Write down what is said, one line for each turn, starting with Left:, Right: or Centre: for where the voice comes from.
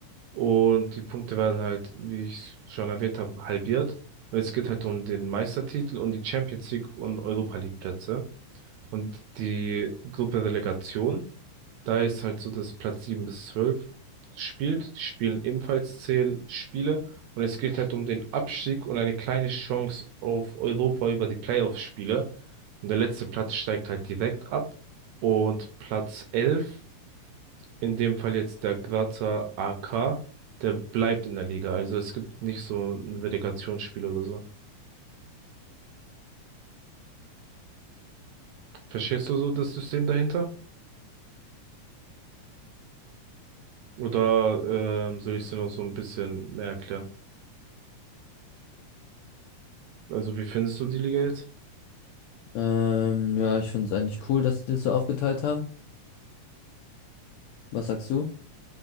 Right: Und die Punkte werden halt, wie ich schon erwähnt habe, halbiert. Und es geht halt um den Meistertitel und die Champions League und Europa League Plätze. Und die Gruppe Relegation, da ist halt so, dass Platz 7 bis 12 spielt. Die spielen ebenfalls 10 Spiele. Und es geht halt um den Abstieg und eine kleine Chance auf Europa über die Playoff-Spiele. Und der letzte Platz steigt halt direkt ab. Und Platz 11 in dem Fall jetzt der Grazer AK, der bleibt in der Liga. Also es gibt nicht so ein Relegationsspiel oder so. Verstehst du so das System dahinter? Oder ähm, soll ich es dir noch so ein bisschen mehr erklären? Also wie findest du die Liga jetzt?
Left: Ähm, ja, ich finde es eigentlich cool, dass sie das so aufgeteilt haben. Was sagst du?